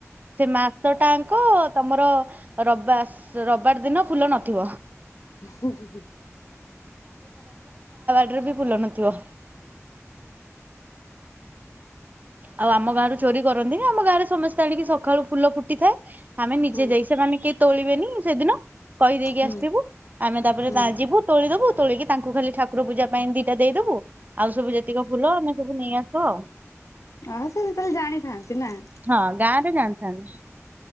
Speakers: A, on the right (about 35°); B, on the left (about 80°).
A: ସେ ମାସ ଟା କ ତମର ରବାସ୍ ରବାର ଦିନ ଫୁଲ ନଥିବ।
B: ହୁ ହୁ ହୁ।
A: ସେଥିରେ ବି ଫୁଲ ନଥିବ <inaudible> ଆଉ ଆମ ଗାଁରୁ ଚୋରି କରନ୍ତିନି ଆମ ଗାଁରେ ସମସ୍ତେ ଆଣିକି ସକାଳୁ ଫୁଲ ଫୁଟିଥାଏ। ଆମେ ନିଜେ
B: ହୁଁ
A: ଯାଇ ସେମାନେ କେହି ତୋଳିବେନି ସେଦିନ କହିଦେଇକି
B: ହୁଁ।
A: ଆସିଥିବୁ ଆମେ ତାପରେ
B: ହୁଁ
A: ତା ଯିବୁ ତୋଳିଦବୁ। ତୋଳିକି ତାଙ୍କୁ ଖାଲି ଠାକୁର ପୂଜା ପାଇଁ ଦିଟା ଦେଇଦବୁ ଆଉ ସବୁ ଯେତିକ ଫୁଲ ଆମେ ସବୁ ନେଇ ଆସ ଆଉ
B: ଆ ସେ ଯେତେବେଳେ ଜାଣିଥାନ୍ତି ନା <inaudible>
A: ହଁ ଗାଁରେ ଜାଣିଥାନ୍ତି